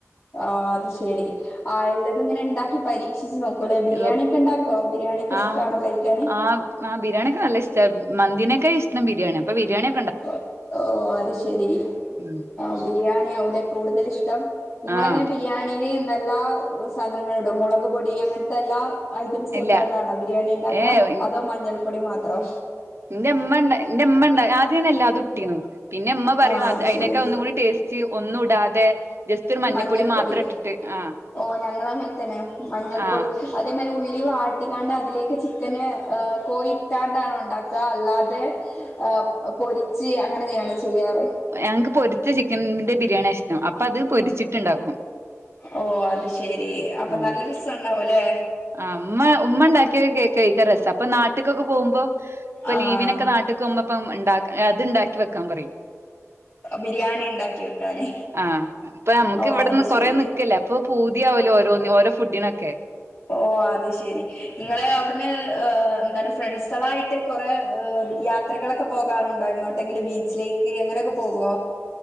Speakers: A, on the left; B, on the right.
A: ആഹ് അത് ശെരി ആ എല്ലത ഇങ്ങനെ ഉണ്ടാക്കി പരീക്ഷിച്ചച്ച് നോക്കി അലെ ബിരിയാണി
B: ഉം
A: ഒക്കെ ഉണ്ടാക്കോ ബിരിയാണിയ ഒക്കെ ഇഷ്ടണോഴിക്കാാന്
B: ആഹ് ആഹ് ആഹ് ബിരിയാണിക്കെല്ല ഇഷം മന്തിനൊക്കെ ഇഷ്ടം ബിരിയാണി അൊ ബിരിയാണി
A: ഓ ഓ അത് ശരി
B: ഉം
A: ആഹ് ബിരിയാണി അലെ കൂടുതൽ ഇഷ്ടം നിങ്ങളെങ്ങനെ
B: ആഹ്
A: ബിരിയാണിയില് നല്ല സാധനങ്ങളൾ ഇടും മുളക് പൊടി അങ്ങനത്തെ എല്ലാ ഐറ്റംസ് നത്തണ്ണണോ
B: ഇല്ല
A: ബിരിയാണി ഉണ്ടാക്ക
B: ഏഹ്
A: അതോ മഞ്ഞൾപ്പൊടി മാത്രോ
B: എന്റെമ്മ ഉണ്ട് എന്റെമ്മ ഉണ്ട് ആദ്യ തന്ന അല്ലാ അത്ൊട്ടിന്നു പിന്നെ ഉമ്മ പറയും
A: ആ
B: അ
A: അത്
B: അതിനൊക്കെ
A: ശരി
B: ഒന്നും കൂടി ടേസ്റ്റ് ഒന്നും ഇടാതെ ജസ്റ്റ് ഒരു മഞ്ഞപ്പൊടി
A: മഞ്ഞൾപ്പൊടി
B: മാത്രം ഇട്ടിട്ട് ആഹ്
A: ഓ ഞങ്ങള അങ്ങനെ തന്നെ മഞ്ഞൾപ്പൊടി
B: ആഹ്
A: അതേമാതിരി ഉള്ളി വാട്ടിക്കാണ്ട് അതിലേക്ക് ചിക്കന് കോയി ഇട്ടാണ്ടാാണ് ഉണ്ടാക്കുക അല്ലാതെ ആഹ് പൊരിച്ച് അങ്ങനെയാണ് ചെയ്യാറ്
B: ഞങ്ങൾക്ക് പൊരിച്ച ചിക്കനിന്റെ ബിരിയാണി ഇഷ്ടം അപ്പൊ അത് പൊരിച്ചിട്ടുണ്ടാക്കും
A: ഓ അത് ശെരി അപ്പൊ
B: ആഹ്
A: നല്ല രസമുണ്ടാവൂലെ
B: ആഹ് ഉമ്മ ഉമ്മ ഉണ്ടാക്കിയ കേഴിക്കാ രസം അപ്പൊ നാട്ടൊക്കെ പോകുമ്പോ ഇപ്പൊ
A: ആഹ്
B: ലീവിനൊക്കെ നാട്ട പപ്പ ഉണ്ട അത് ഉണ്ടാക്കി വെക്കാൻ പറയും
A: ബിരിയാണി ഉണ്ടാക്കി വെക്കാന്
B: ആഹ് ഇപ്പൊ നമുക്ക്
A: ഓ
B: ഇവിടെന്ന്
A: അത് ശരി
B: കൊറ നക്കല ഇപ്പൊ പൂതിയാവല്ലോ ഓരോ ഓരോ ഫുഡിനൊക്കെ
A: ഓ അത് ശെരി നിങ്ങളെ അവിടുന്ന് എന്താണ് ഫ്രണ്ട്സുകളായിട്ട് കുറെേ യാത്രകളൊക്കെ പോകാറുണ്ടോ എങ്ങോട്ടെങ്കിലും ബീച്ചിലേക്ക് എങ്ങനെയൊക്കെ പോകുവോ